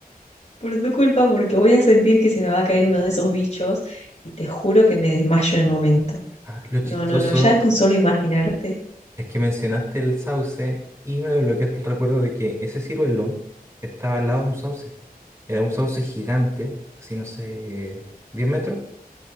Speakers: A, on the left (about 45°); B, on the right (about 20°).
A: por tu culpa, porque voy a sentir que se me va a caer uno de esos bichos y te juro que me desmayo en el momento.
B: Ah, lo
A: No,
B: chistoso
A: no, no, ya con solo imaginarte.
B: es que mencionaste el sauce y me desbloqueaste el recuerdo de que ese ciruelo estaba al lado de un sauce. Era un sauce gigante, así no sé, 10 metros,